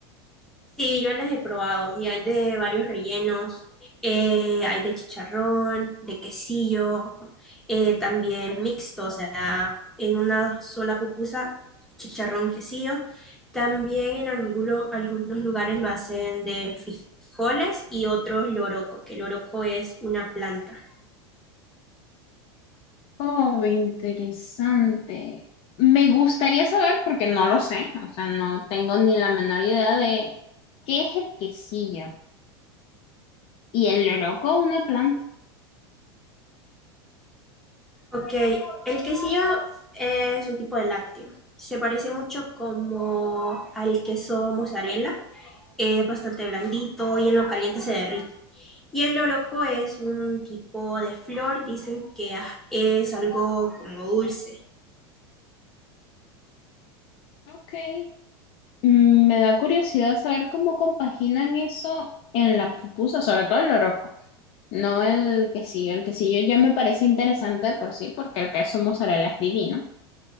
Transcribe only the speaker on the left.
Oh, interesante. Me gustaría saber porque no lo sé, o sea, no tengo ni la menor idea de qué es el quesillo y el loroco, una planta.
Ok. Mm, Me da curiosidad saber cómo compaginan eso en la pupusa, sobre todo el loroco. No el quesillo, el quesillo ya me parece interesante de por sí, porque el queso mozzarella es divino.